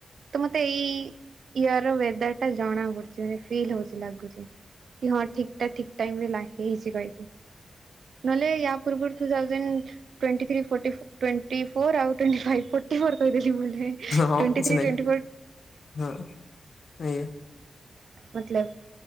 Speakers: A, on the right; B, on the left.
A: ତ ମତେ ଏଇ ଇୟ ର ୱେଦର ଟା ଜଣା ପଡୁଛି ମାନେ ଫିଲ୍ ହଉଛି ଲାଗୁଛି। କି ହଁ ଠିକ ଟା ଠିକ ଟାଇମ ରେ ଲାଗ ହେଇଛି କହିକି। ନହେଲେ ୟ ପୂର୍ବରୁ ଟୁ ଥାଉଜେଣ୍ଡ ଦେ <unintelligible>
B: ହଁ କିଛି ନାହିଁ
A: <unintelligible>
B: ହଁ ଆଜ୍ଞା
A: ମତଲବ <inaudible>